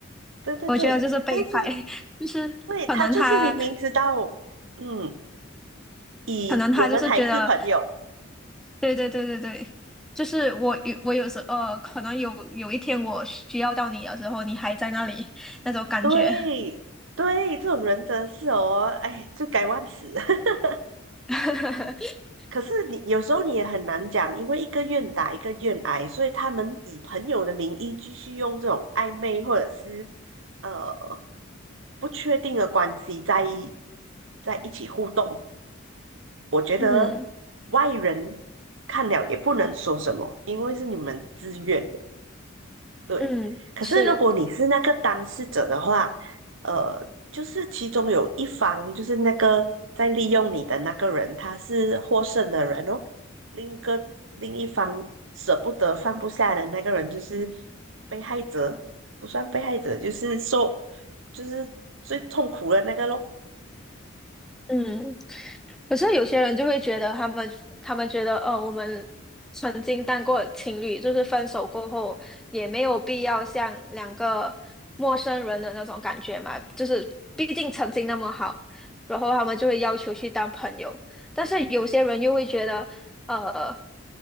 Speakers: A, on the right (about 65°); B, in the centre.
A: 对对对，
B: 我觉得就是备胎，
A: 但是
B: <laughs> 就是可能他，
A: 对他就是明明知道，嗯，以我们还是朋友，
B: 可能他就是觉得，对对对对对，就是我有我有时呃，可能有有一天我需要到你的时候，你还在那里那种感觉，
A: 对对，这种人真的是哦，哎，罪该万死。<laughs>
B: <laughs>
A: 可是你有时候你也很难讲，因为一个愿打一个愿挨，所以他们以朋友的名义继续用这种暧昧或者是呃不确定的关系在一在一起互动，我觉得外人看了也不能说什么，
B: 嗯
A: 因为是你们自愿的，对。
B: 嗯，
A: 可是如果你是那个当事者的话，
B: 是，
A: 呃，就是其中有一方，就是那个在利用你的那个人，他是获胜的人哦，另一个另一方舍不得放不下的那个人，就是被害者，不算被害者，就是受，就是最痛苦的那个咯。
B: 嗯。可是有些人就会觉得他们，他们觉得，呃，我们曾经当过情侣，就是分手过后也没有必要像两个陌生人的那种感觉嘛，就是毕竟曾经那么好，然后他们就会要求去当朋友。但是有些人又会觉得，呃，